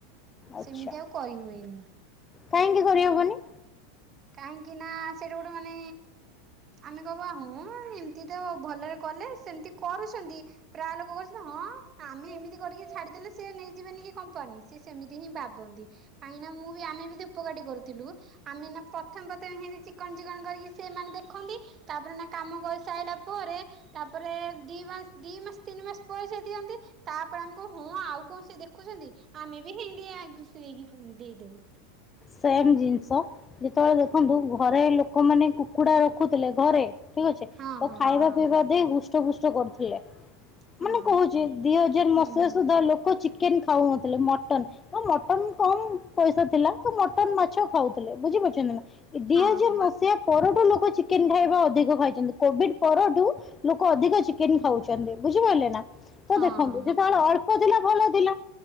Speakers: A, on the left (about 25°); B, on the right (about 30°).
A: ଆଚ୍ଛା
B: ସେମିତି ଆଉ କରିହୁଏନି।
A: କାହିଁକି କରିହବନି।
B: କାହିଁକି ନା ସେଇଟା ଗୋଟେ ମାନେ ଆମେ କହିଁବା ହଁ ଏମତି ତ ଭଲରେ କଲେ ସେମତି କରୁଛନ୍ତି। ପ୍ରାୟ ଲୋକ କହୁଛନ୍ତି ହଁ ଆମେ ଏମିତି କରିକି ଛାଡିଦେଲେ ସିଏ ନେଇଯିବେନି କି କମ୍ପାନୀ ସିଏ ସେମିତି ହିଁ ଭାବନ୍ତି। କାହିଁକିନା ମୁଁ ବି ଆମେ ବି ଧୂପକାଟି କରୁଥିଲୁ ଆମେ ଏଇନା ପ୍ରଥମ ପ୍ରଥମେ ହେଇନ୍ତି ଚିକଣ ଚିକଣ କରିକି ସେମାନେ ଦେଖନ୍ତି ତାପରେ ନା କାମ କରିସାରିଲା ପରେ ତାପରେ ଦି ମାସ ଦିଇ ମାସ ତିନି ମାସ ପଇସା ଦିଅନ୍ତି। ତାପରେ ଆମକୁ ହଁ ଆଉ କଣ ସେ ଦେଖୁଛନ୍ତି। ଆମେ ବି ହେଇ ଆଗରେକିଣି ଦେଇଦବୁ।
A: ସେମ୍ ଜିନିଷ। ଯେତେବେଳେ ଦେଖନ୍ତୁ ଘରେ ଲୋକମାନେ କୁକୁଡା ରଖୁଥିଲେ ଘରେ ଠିକ ଅଛି
B: ହଁ
A: ତ
B: ହଁ
A: ଖାଇବା
B: ହଁ
A: ପିଇବା ଦେଇ ହୃଷ୍ଟ ଫୁଷ୍ଟ କରୁଥିଲେ।
B: ହଁ।
A: ମାନେ କହୁଛି ଦି ହଜାର
B: ହୁଁ
A: ମସିହା
B: ହୁଁ
A: ସୁଦ୍ଧା ଲୋକ ଚିକେନ ଖାଉନଥିଲେ ମଟନ ମଟନ କମ ପଇସା ଥିଲା। ମଟନ ମାଛ ଖାଉଥିଲେ ବୁଝିପାରୁଛନ୍ତି ଏଇ ଦି
B: ହଁ
A: ହଜାର
B: ହଁ
A: ମସିହା ସେ ପରଠୁ ଲୋକ ଚିକେନ୍ ଖାଇବା ଅଧିକ ଖାଇଛନ୍ତି କୋଭିଡ଼୍ ପରଠୁ ଲୋକ ଅଧିକ ଚିକେନ ଖାଉଛନ୍ତି ବୁଝିପାରିଲେ ନା। ତ
B: ହଁ
A: ଦେଖନ୍ତୁ ଯେତେବେଳେ ଅଳ୍ପ ଥିଲା ଭଲ ଥିଲା